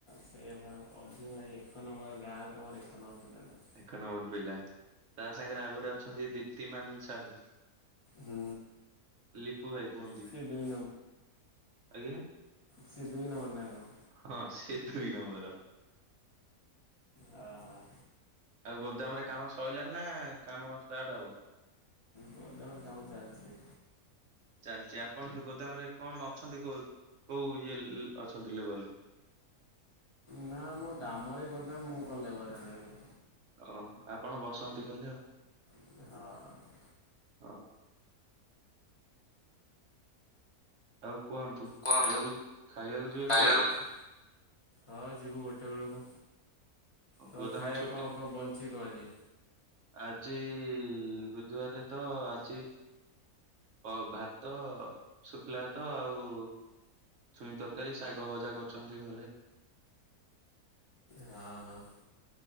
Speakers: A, on the left; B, on the right.
A: ସେଇଆ ପା ଅଜୁ ଭାଇ ଏକ ନମ୍ବର ଗାଁରେ ତୁମର ଏକ ନମ୍ବର ପିଲାଟା।
B: ଏକ ନମ୍ବର ପିଲା ତା ସାଙ୍ଗରେ ଆଉ ଗୋଟେ ଅଛନ୍ତି ଦୀପ୍ତିମାନ ସାହୁ।
A: ହୁଁ।
B: ଲିପୁ ଭାଇ କୁହନ୍ତି
A: ସିଏ ଦୁଇ
B: ଆଜ୍ଞା।
A: ସେ ଦୁଇ ନମ୍ବର ନାଁ କଣ?
B: ହଁ ସେ ତୁଇ ନମ୍ବର।
A: ଅ ହଁ।
B: ଆଉ ଗୋଦାମରେ କାମ ସରିଲାଣି ନା କାମ ଷ୍ଟାର୍ଟ ହବ?
A: ଗୋଦାମରେ କାମ ଚାଲିଛି।
B: ଚାଲିଛି ଆପଣଙ୍କ ଗୋଦାମରେ କଣ ଅଛନ୍ତି କୋଉ ଇଏ ଅଛନ୍ତି ଲେବେଲ ରେ?
A: ନା ମୋ ଗ୍ରାମରେ ଗୋଦାମ ମୁଁ କଣ ଲେବର ରହିବି?
B: ଓହ ଆପଣ ବସନ୍ତି ଖାଲି ଆଉ।
A: ହଁ।
B: ହଁ। ଆଉ କୁହନ୍ତୁ
A: କୁହନ୍ତୁ
B: ଖାଇବାକୁ ଖାଇବାକୁ ଯିବେ
A: ଖାଇବାକୁ
B: କେତେବେଳେ?
A: ହଁ ଯିବୁ ଗୋଟେ ବେଳକୁ। ତ
B: ଗୋଦାମ
A: ଖାଇବା
B: ଛୁଟି
A: କଣ କଣ ବନିଚି କଣ ଆଜି?
B: ଆଜି ବୁଧବାର ତ ଆଜି ଅ ଭାତ ଶୁଖିଲା ଭାତ ଆଉ ଛୁଇଁ ତରକାରୀ, ଶାଗ ଭଜା କରିଛନ୍ତି ଘରେ।
A: ହଁ ହଁ।